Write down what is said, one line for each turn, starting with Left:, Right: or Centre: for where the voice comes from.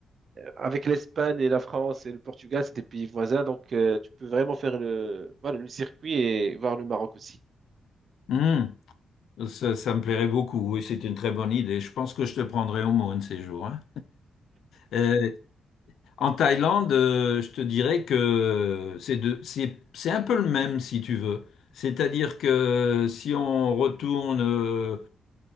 Right: avec l'Espagne et la France et le Portugal, c'est des pays voisins, donc euh, tu peux vraiment faire le, voilà, le circuit et voir le Maroc aussi.
Left: Hum, Ça, ça me plairait beaucoup. Oui, c'est une très bonne idée. Je pense que je te prendrai au mot un de ces jours, hein. Euh, En Thaïlande, euh, je te dirais que c'est de- c'est, c'est un peu le même si tu veux. C'est-à-dire que si on retourne euh,